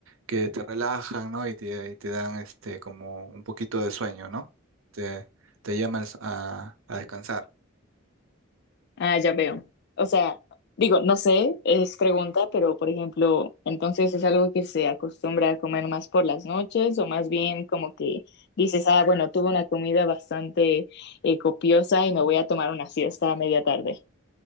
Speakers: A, on the right (about 80°); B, on the left (about 55°).
A: que te relajan, ¿no? Y te, y te dan este, como un poquito de sueño, ¿no? Te, te llaman a a descansar.
B: Ah, ya veo. O sea, digo, no sé, es pregunta, pero por ejemplo, entonces es algo que se acostumbra a comer más por las noches o más bien como que dices, ah, bueno, tuve una comida bastante eh, copiosa y me voy a tomar una siesta a media tarde.